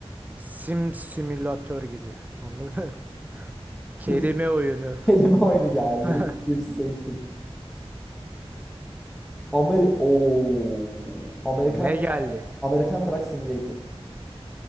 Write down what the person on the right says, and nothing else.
Sim simülatör gibi. Anladın? mı? <laughs> Kelime
oyunu.
<laughs>
Ne geldi?